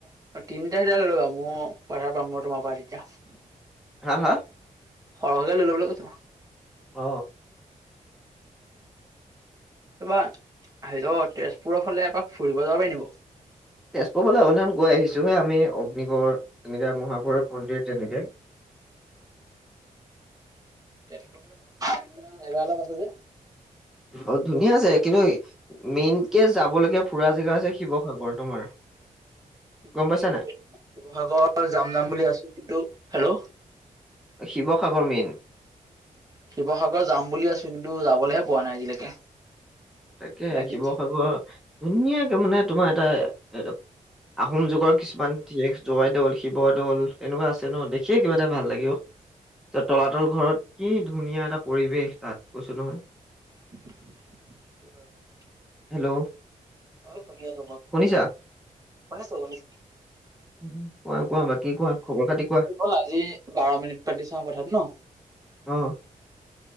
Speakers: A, on the right; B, in the centre.
A: অ তিনিটা হিট লৈ ল'বা মই পথাৰ পাম মই তোমাৰ পৰা তেতিয়া
B: হা হা
A: সৰহকে লৈলে বোলে কৈছ
B: অ
A: তা সেইত তেজপুৰৰ ফালে এপাক ফুৰিব যাব পাৰি নিব
B: তেজপুৰ ফালে অন্য গৈ আহিছোহে আমি অগ্নিগড় তেনেকে মহাভৈৱ মন্দিৰ তেনেকে
A: তেজপুৰৰ ফালৰ অন্য জেগা অলপ আছে যে
B: অ ধুনীয়া আছে কিন্তু মেইন কেজ যাব লগগীয়া ফুৰা জেগাছে শিৱসাগৰ তোমাৰ
A: শিৱসাগ
B: গম পাইছা
A: শিৱসাগৰ
B: নাই
A: যাম যাম বুলি আছো কিন্তু হেল্ল'
B: শিৱসাগৰ মেইন
A: শিৱসাগৰত যাম বুলি আছো কিন্তু যাবলৈহে পোৱা নাই আজিলৈকে
B: তাকে
A: এদিন
B: শিৱসাগৰ ধুনীয়াকে মানে তোমাৰ এটা আহোম যুগৰ কিছুমান শেষ জৱাই দৌল শিৱ দৌল তেনেকুৱা আছে ন দেখিয়ে কিবা এটা ভাল লাগে যে তলাতল ঘৰত কি ধুনীয়া এটা পৰিৱেশ তাত কৈছো নহয়
A: সেইটো হয় বাৰু
B: হেল্ল'
A: অ শুনিয়াছ
B: শুনিছা
A: মানে চবকে
B: উম, কোৱা কোৱা বাকী কোৱা খবৰ খাতি কোৱা?
A: গ'ল আজি বাৰ মিনিট পাতি চাওঁ কথাটো ন
B: অ